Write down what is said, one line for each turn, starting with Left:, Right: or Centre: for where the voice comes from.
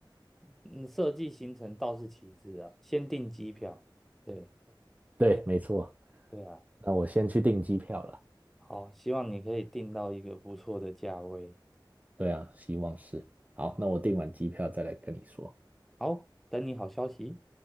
Centre: 嗯，设计行程倒是其次啊，先订机票。对，
Right: 对，
Centre: 哎，
Right: 没错。
Centre: 对啊，
Right: 那我先去订机票了。
Centre: 好，希望你可以订到一个不错的价位。
Right: 对啊，希望是。好，
Centre: 好，
Right: 那我订完机票再来跟你说。
Centre: 好，等你好消息。